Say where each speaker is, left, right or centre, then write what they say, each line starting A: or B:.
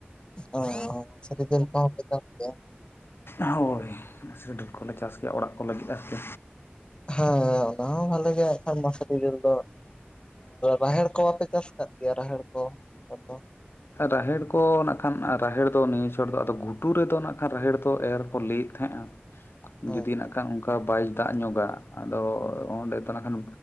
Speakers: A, on the left (about 25°); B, on the left (about 65°).
A: ᱚᱸ ᱟᱪᱷᱟ ᱪᱮᱫ ᱞᱮᱠᱟ ᱵᱷᱟᱵᱽ ᱯᱮ ᱪᱟᱥ ᱠᱮᱭᱟ?
B: ᱟᱜᱦᱳᱭ, ᱢᱟᱥᱨᱤ ᱰᱟᱹᱞ ᱠᱚ ᱞᱮ ᱪᱟᱥ ᱜᱮᱭᱟ ᱚᱲᱟᱜ ᱠᱚ ᱞᱟᱹᱜᱤᱫ ᱟᱨᱠᱤ᱾
A: ᱜᱦᱳᱭ ᱚᱱᱟ ᱦᱚᱸ ᱵᱷᱟᱞᱮᱹᱜᱮ ᱮᱠᱷᱮᱱ <unintelligible> ᱺ ᱠᱷᱤᱡᱩᱨ ᱫᱚ, ᱨᱟᱦᱮᱲ ᱠᱚ ᱵᱟ ᱯᱮ ᱪᱟᱥ ᱠᱟᱫ ᱜᱮᱭᱟ ᱨᱟᱦᱮᱲ ᱠᱚ ᱠᱚᱫᱚ?
B: ᱨᱟᱦᱮᱲ ᱠᱚ ᱱᱟᱜ ᱠᱷᱟᱱ ᱨᱟᱦᱮᱲ ᱫᱚ ᱱᱤᱭᱟᱹ ᱪᱷᱚᱴ ᱫᱚ ᱟᱫᱚ ᱜᱷᱩᱴᱩ ᱨᱮ ᱫᱚ ᱱᱟᱜ ᱠᱷᱟᱱ ᱨᱟᱦᱮᱲ ᱛᱚ ᱮᱨ ᱠᱚ ᱞᱮᱭᱮᱜ ᱛᱮᱦᱮᱸᱜ-ᱟ
A: ᱦᱮᱸ
B: ᱡᱩᱫᱤ ᱱᱟᱜ ᱠᱷᱟᱱ ᱚᱝᱠᱟ ᱵᱟᱭ ᱫᱟᱜ ᱧᱚᱸᱜᱟ ᱟᱫᱚ ᱚᱸᱰᱮ ᱛᱚ ᱱᱟᱠᱷᱟᱱ